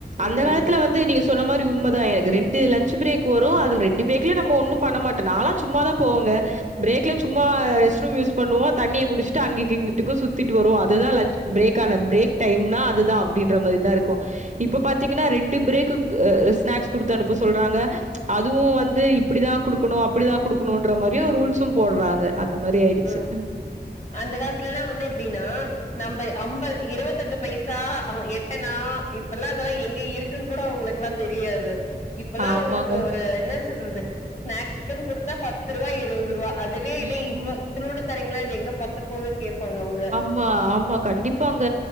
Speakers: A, on the right; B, on the left.
A: அந்த
B: ம்
A: காலத்துல வந் து நீங்க சொன்ன மாரி உண்மதா எனக்கு ரெண்டு லன்ச் பிரேக் வரு அதுல் ரெண்டு பிரேக்ல நம்ம ஒண்ணு பண்ண மாட்டோ நாலா சும்மாதா போவாங்க பிரேக்ல சும்மா ரெஸ்ட் ரூம் யூஸ் பண்ணுவோ தண்ணிய குடிச்சிட்டு அங்கிக்கு இங்கிட்டுக்கு சுத்திட்டு வருவோ அதுதா லன்ச் பிரேக் ஆன பிரேக் டைம்னா அதுதா அப்டின்ற மாரி தா இருக்கு இப்ப பாத்தீங்கன்னா ரெண்டு பிரேக்கு அ ஸ்நாக்ஸ் குடுத்து அனுப்ப சொல்றாங்க அதுவு வந்து இப்டி தா குடுக்கணு அப்டி தா குடுக்கணுன்ற மாரியு ரூல்ஸு போட்றாங்க அந்த மாரி ஆயிடுச்சு
B: ம் அந்த காலத்துலல்லா வந்து எப்டின்னா நம்ம அம்ப இருவத்தஞ்சு பைசா அவ எட்டனா இப்பெல்லா அதெலா எங்க இருக் குன் கூட அவுங்களுக்கெல்லா தெரியாது இப்பல்லா
A: ஆமாங்க.
B: அவுங்களுக்கு ஒரு என்ன சொல்றது ஸ்நாக்குன் குடுத்தா பத்துருவா இருவ்துருவா அதுவே இத
A: ம்.
B: இவ்ளோ இத்தனூண்டு தறீங்ளா இது எங்க பத்த போகுதுன் கேப்பாங்க அவுங்க
A: ஆமா ஆமா கண்டிப்பாங்க